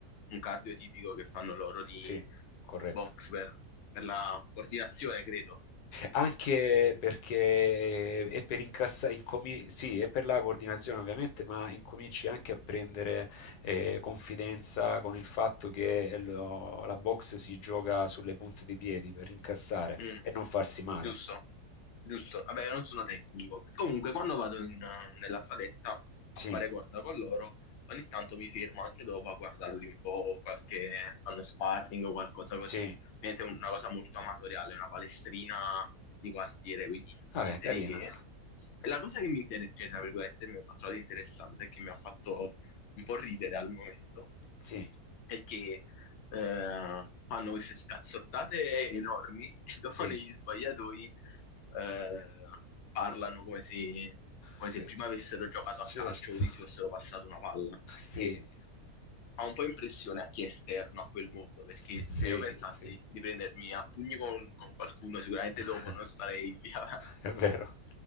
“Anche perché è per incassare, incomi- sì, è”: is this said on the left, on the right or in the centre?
Left